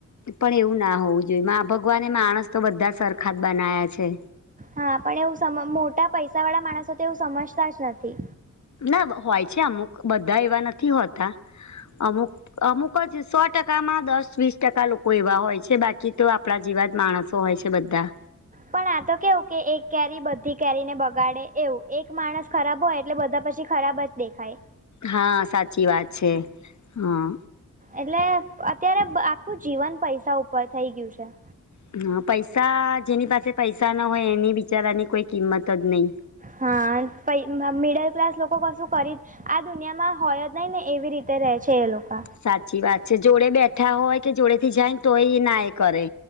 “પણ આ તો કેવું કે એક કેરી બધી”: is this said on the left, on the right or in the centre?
Right